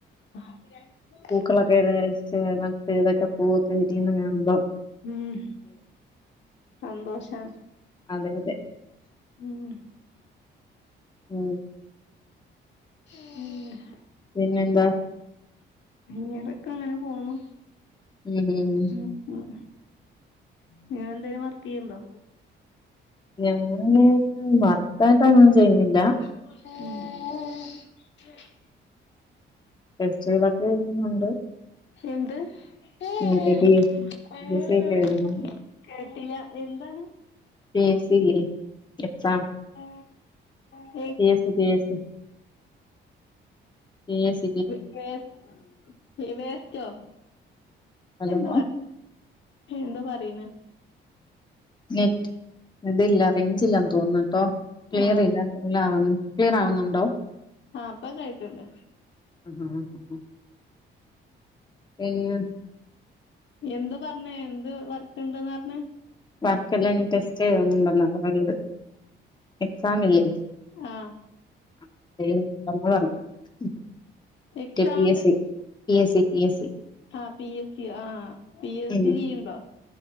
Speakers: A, on the left; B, on the left.
A: ര <unintelligible>
B: പൂക്കളൊക്കെ <unintelligible> രിച്ച് നട്ട് ഇതൊക്കെ പൂവൊക്കെ വിരിയന്നെ കാണുമ്പം.
A: ഉം സന്തോഷം.
B: അതെ അതെ.
A: ഉം
B: ഉം
A: ഉം <unintelligible>
B: പിന്നെന്താ.
A: അയ്യറക്ക അങ്ങനെ പോന്നു
B: ഉം ഉം.
A: ഉം ഉം നിങ്ങ <unintelligible> ന്തേലും വർക്ക് ചെയ്യണ്ടോ.
B: ഞാന് വർക്കായിട്ട് അങ്ങും ചെയ്യുന്നില്ലാ
A: ആ <unintelligible>
B: ടെസ്റ്റ്കളൊക്കെ ഴുന്നുണ്ട്.
A: എന്ത് <unintelligible>
B: മറ്റേ P S C P S C ഒക്കെ എഴുതുന്നുണ്ട്
A: കേട്ടില്ല എന്താണ്.
B: പിഎസ്സി ഇല്ലേ എക്സാം
A: ആ <unintelligible>
B: പിഎസ്സി പിഎസ്സി പിഎസ്
A: വേ വേസ് വേസ്‌റ്റോ
B: ഹലോ
A: ന്തോ <unintelligible> എന്തോ പറയിണ്
B: നെറ്റ് ഇതില്ല റേഞ്ച് ഇല്ലാന്ന് തോന്നുട്ടോ ക്ലിയർ
A: ആഹ്
B: ഇല്ല. <unintelligible> ക്ലിയറാവുന്നുണ്ടോ.
A: ആ അപ്പ കേക്കണ്ട്
B: <unintelligible> പിന്നെ
A: എന്ത് പറഞ്ഞേ എന്ത് വർക്ക്ണ്ടെന്നാ അറഞ്ഞേ.
B: വർക്കെല്ലാ ഇ ടെസ്റ്റ് എഴുതു ന്നുണ്ടെന്നാ പറഞ്ഞത്. എക്സാം ഇല്ലേ
A: ആഹ്
B: <unintelligible> പറഞ്ഞത്. <unintelligible>
A: exam
B: P S C P S C P S C
A: ആ പിഎസ്സി ആ പിഎസ്സി
B: ഉം
A: ചീയുണ്ടോ